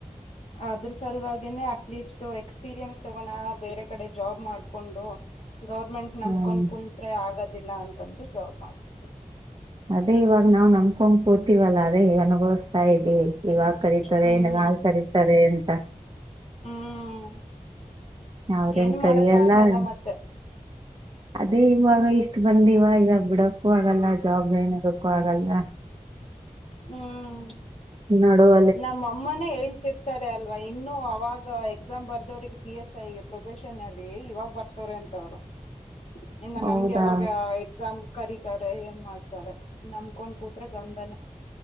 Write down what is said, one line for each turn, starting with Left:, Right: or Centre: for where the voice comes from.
Left: ಅದ್ರ ಸಲುವಾಗೇನೆ ಅಟ್ಲೀಸ್ಟ್ ಎಕ್ಸ್ಪೀರಿಯನ್ಸ್ ತಗೋಣ ಬೇರೆ ಕಡೆ ಜಾಬ್ ಮಾಡ್ಕೊಂಡು. ಗೌರ್ಮೆಂಟ್ ನಮಕೊಂಡ್
Right: ಹ್ಮ್
Left: ಕುಂತರೆ ಆಗದಿಲ್ಲ ಅಂತಂದು ಜಾಬ್ ಮಾಡ್ತಿ
Right: ಅದೇ ಇವಾಗ ನಾವು ನಮಕೊಡ್ ಕೂತೀವಲ್ಲ ಅದೇ ಅನುಬವ್ಸ್ತಾ ಇದ್ದೀವಿ. ಇವಾಗ ಕರೀತಾರೆ
Left: ಹ್ಮ್
Right: ಏನ ಕರೀತಾರೆ ಅಂತ.
Left: ಹ್ಮ್
Right: ಅವ್ರೇನ್
Left: ಏನ್
Right: ಕರಿಯಲ್ಲ
Left: ಮಾಡಕ್ ಆಗಲ್ಲ ಮತ್ತೆ.
Right: ಅದೇ ಇವಾಗ ಇಷ್ಟು ಬಂದಿವ ಈಗ ಬಿಡಕ್ಕೂ ಆಗಲ್ಲ ಜಾಬ್ ಜಾಯಿನ್ ಆಗಕ್ಕೂ ಆಗಲ್ಲ. <inaudible>
Left: ಹ್ಮ್.
Right: ನಡುವ
Left: ನಮ್ಮಮನೆ ಹೇಳ್ತಿ ರ್ತಾರೆ ಅಲ್ವಾ ಇನ್ನು ಅವಾಗ ಎಕ್ಸಾಮ್ ಬರ್ದವ್ರಿಗೆ ಪಿ ಎಸ್ ಐಗೆ ಪ್ರೊಬೆಷನ್ ಅಲ್ಲಿ ಇವಾಗ ಬರ್ತವ್ರ ಅಂತವ್ರು.
Right: <inaudible>
Left: ಇನ್ನು
Right: ಹೌದಾ
Left: ನಮ್ಗ ಯಾವಾಗ ಎಕ್ಸಾಮ್ ಕರೀತಾರೆ ಏನ್ ಮಾಡ್ತಾರೆ ನಮಕೊಂಡ್ ಕೂತ್ರೆೆ ಗಂಧನೇ.